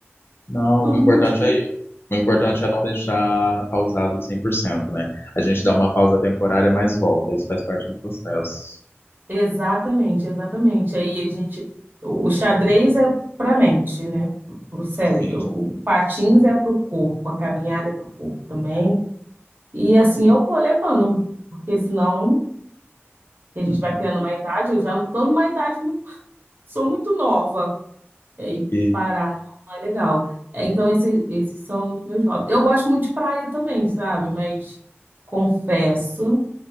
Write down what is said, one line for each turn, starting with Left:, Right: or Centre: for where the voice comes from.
Left: Não,
Right: tudo
Left: o importante
Right: muito
Left: é ir. O importante é não deixar pausado 100%, né? A gente dá uma pausa temporária, mas volta. Isso faz parte do processo.
Right: Exatamente, exatamente. Aí a gente, o xadrez é para a mente, né? Para o cérebro.
Left: Isso.
Right: O patins é para o corpo, a caminhada é para o corpo também. E assim eu vou levando, porque senão a gente
Left: <laughs>
Right: vai criando uma idade. Eu já não estou numa idade muito, sou muito nova e
Left: E
Right: parar não é legal. É, então esse- esses são os meus hobbies. Eu gosto muito de praia também, sabe? Mas confesso